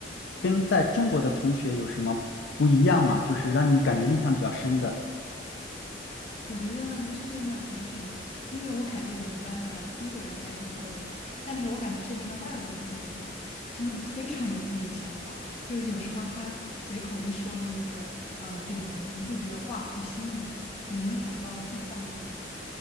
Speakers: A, on the left; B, on the left.
A: 跟在中国的同学有什么不一样吗？就是让你感觉印象比较深的。
B: 我觉得这边的同学，因为我感觉我们班的中国人还比较多，但是我感觉这边的外国同学的话，他们非常有自己的想法，就是有时候他随口一说的一个呃点子，你会觉得哇，好新颖啊，怎么能想到这么棒的点子？